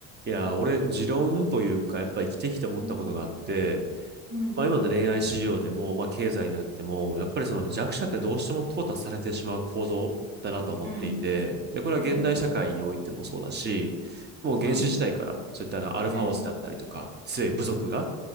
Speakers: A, on the right; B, on the right.
A: いや、俺、持論というか、やっぱ生きてきて思ったことがあって、
B: うん、うん、
A: まあ今の恋愛市場でも、まあ経済であっても、やっぱりその弱者ってどうしても淘汰されてしまう構造だなと思っていて、
B: うん、
A: で、これは現代社会においてもそうだし、
B: うん、
A: もう原始時代からそういったあのアルファオスだったりとか、
B: はい。うん、
A: 強い部族が